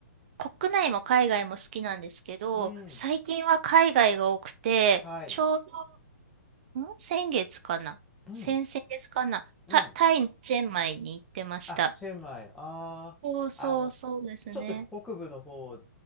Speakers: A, on the right; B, in the centre.
A: あ、国内も海外も好きなんですけど、
B: うん。
A: 最近は海外が多くて、
B: はい。
A: ちょうど、ん先月かな先々月かなタ、
B: うん。うん。
A: タイのチェンマイに行ってました。
B: あ、チェンマイ。ああ、
A: そうそうそうですね。
B: あの、ちょっと北部の方